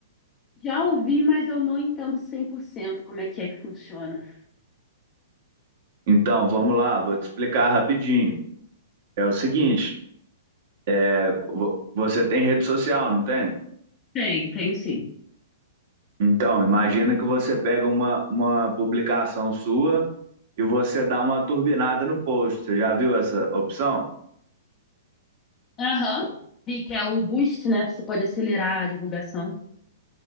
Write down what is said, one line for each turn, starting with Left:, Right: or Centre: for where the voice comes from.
Left: Já ouvi, mas eu não entendo 100% como é que é que funciona.
Right: Então, vamos lá, vou te explicar rapidinho. É o seguinte, é, vo- você tem rede social, não tem?
Left: Tem, tenho sim.
Right: Então, imagina que você pega uma, uma publicação sua e você dá uma turbinada no post. Você já viu essa opção?
Left: Aham. E que é o boost, né? Você pode acelerar a divulgação.